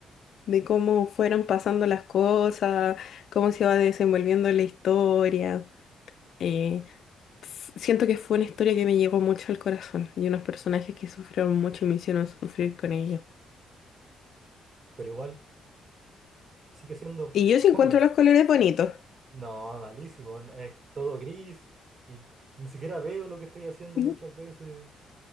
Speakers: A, on the left; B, on the right.
A: de cómo fueron pasando las cosas, cómo se va desenvolviendo la historia. Eh, f- siento que fue una historia que me llegó mucho al corazón y unos personajes que sufrieron mucho y me hicieron sufrir con ellos.
B: Pero igual sigue siendo
A: Y yo
B: fome.
A: sí encuentro los colores bonitos,
B: No, malísimo. Es todo gris y ni siquiera veo lo que estoy haciendo
A: ¿Mm?
B: muchas veces.